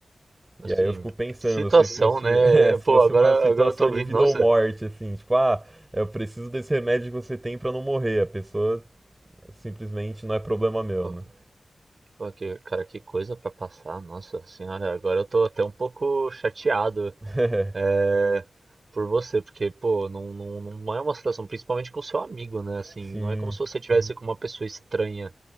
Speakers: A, on the right; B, on the right.
A: assim,
B: E aí eu fico pensando,
A: situação,
B: se fosse,
A: né?
B: <laughs> é, se
A: É, Pô,
B: fosse
A: agora,
B: uma situação
A: agora eu tô ouvindo,
B: de vida
A: nossa,
B: ou morte, assim, tipo, ah, eu preciso desse remédio que você tem pra não morrer. A pessoa simplesmente não é problema meu,
A: pô,
B: né?
A: pô, que- cara, que coisa pra passar, nossa senhora, agora eu tô até um pouco chateado,
B: <laughs> É,
A: é, por você, porque, pô, não, não, não é uma situação, principalmente com seu amigo, né? Assim,
B: sim,
A: não é como se você tivesse com uma pessoa estranha,